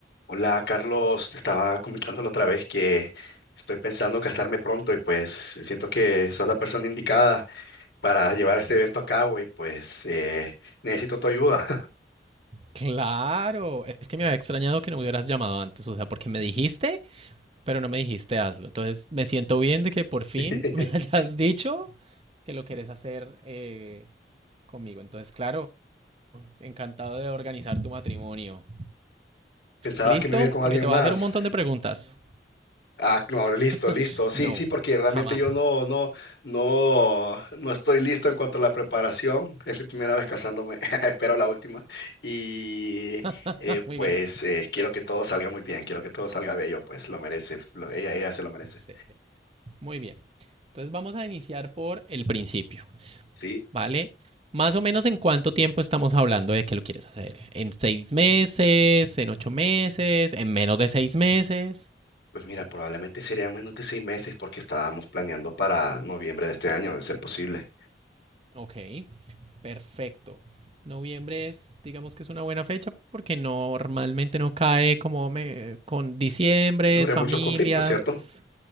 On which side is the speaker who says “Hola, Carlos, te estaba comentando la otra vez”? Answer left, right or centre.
Left